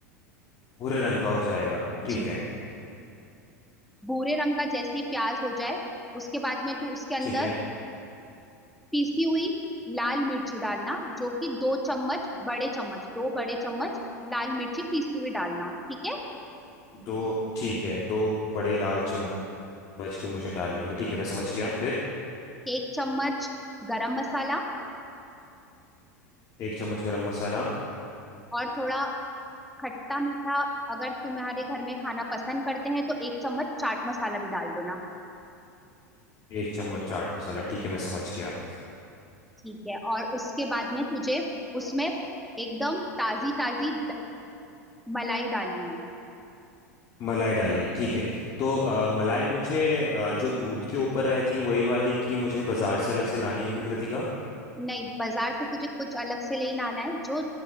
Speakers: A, on the left (about 40°); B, in the centre.
A: भूरे रंग का हो जाएगा ठीक
B: जी
A: है
B: भूरे रंग का जैसे ही प्याज हो जाए उसके बाद में तू उसके अंदर
A: ठीक है
B: पीसी हुई लाल मिर्च डालना जो कि दो चम्मच बड़े चम्मच दो बड़े चम्मच लाल मिर्ची पीसी हुई डालना ठीक है
A: दो ठीक है दो बड़े लाल चम्मच के मुझे डालने होंगे ठीक है मैं समझ गया फिर
B: एक चम्मच गरम मसाला
A: एक चम्मच गरम मसाला
B: और थोड़ा खट्टा मीठा अगर तुम्हारे घर में खाना पसंद करते हैं तो एक चम्मच चाट मसाला भी डाल देना
A: एक चम्मच चाट मसाला ठीक है मैं समझ गया
B: ठीक है और उसके बाद में तुझे उसमें एकदम ताजी ताजी मलाई डालनी है
A: मलाई डालनी ठीक है तो अ, मलाई मुझे अ, जो दूध के ऊपर रहती है वही वाली की मुझे बाजार से अलग से लानी होगी कृतिका
B: नहीं बाजार से तुझे कुछ अलग से लेना आना है जो